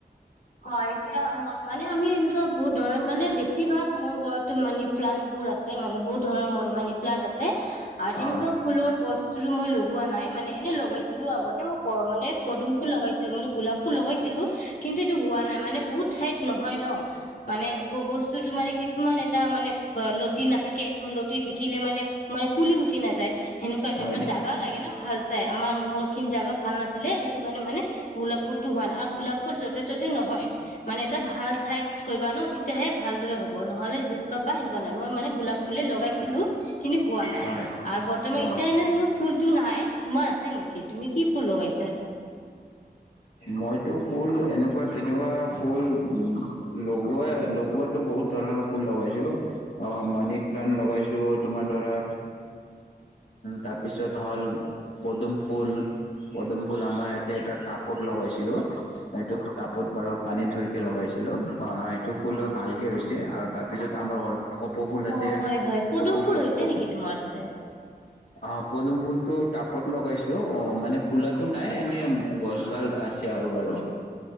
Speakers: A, on the left; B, on the left.
A: হয়', এতিয়া মানে আমি এনেকুৱা বহুত ধৰণৰ মানে বেছি ভাগ মোৰ ঘৰত মানি -প্লানট বোৰ আছে, মানে বহুত ধৰণৰ মানি -প্লানট আছে। আৰু এনেকুৱা
B: অ',
A: ফুলৰ গছ, যিটো মই লগোৱা নাই মানে ।এনেই লগাইছিলো আগতে মই মানে পদুম- ফুল, লগাইছিলো মানে গোলাপ- ফুল লগাইছিলো কিন্তু হোৱা নাই মানে, বহুত ঠাইত নহয় ন', মানে বস্তুতটো মানে কিছুমান এটা মানে লতি নাথাকে, লতি থাকিলে মানে মানে ফুলি উঠি নাযায়, হেনেকোৱা
B: হয়
A: তাইপ মানে
B: নেকি
A: জাগাঁও লাগে ন', ভাল, আমাৰ মোৰ খিনি জাগা ভাল নাছিলে, সেইটো কাৰণে মানে গোলাপ ফুলটো হোৱা নাই, আৰু গোলাপ ফুল য, য'তে ত'তে নহয় মানে, এটা ভাল ঠাইত থৈ বা', ন', তেতিয়াহে ভালদৰে হ'ব নহলে যেনেকুৱা পাই সেনেকা নহয় মই মানে গোলাপ ফুলে লগাইছিলো কিনি পোৱা নাই
B: হয়
A: আৰু বৰ্তমান
B: অ'।
A: এতিয়া এনে ধৰক ফুল মোৰটো নাই, তোমাৰ আছে নেকি তুমি কি ফুল লগাইছা?
B: মইতো ফুল, এনেকুৱা-তেনেকুৱা ফুল লগোৱাই লগোৱাতটো বহুত ধৰণৰ ফুল লগাইছোঁ মানি প্লানট লগাইছোঁ। তোমাৰ ধৰা তাৰপিছত হ'ল পদুম - ফুল', পদুম-ফুল আমাৰ ইয়াতে এটা টাপ টাপত লগাইছিলোঁ ।সেইটো টাপত বাৰু পানীত থৈকে লগাইছিলোঁ বা সেইটো ফুল ভালকে হৈছে, আৰু তাৰপিছত আমাৰ ঘৰত কপৌ ফুল আছে
A: অ', -হয় -হয় পদুম
B: কপৌ
A: ফুল হৈছে
B: কপ
A: নেকি তোমাৰ তাতে?
B: অ পদুম ফুল টো টাপত লগাইছো অ', মানে ফুলাটো নাই এনে গছ দুডাল আছে আৰু- বাৰু